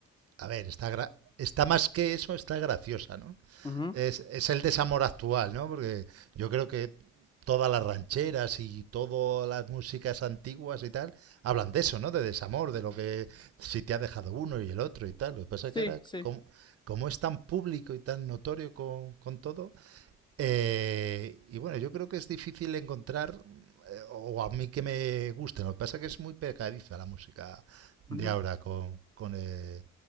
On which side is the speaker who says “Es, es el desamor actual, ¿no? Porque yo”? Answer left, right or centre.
Right